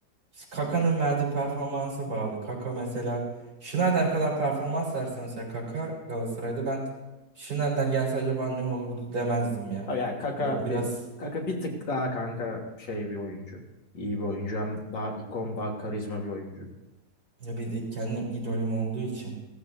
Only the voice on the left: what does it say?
Ha, Yani Kaka
bir, Kaka bir tık daha kanka şey bir oyuncu. İyi bir oyuncu. Hem daha ikon, daha karizma bir oyuncu.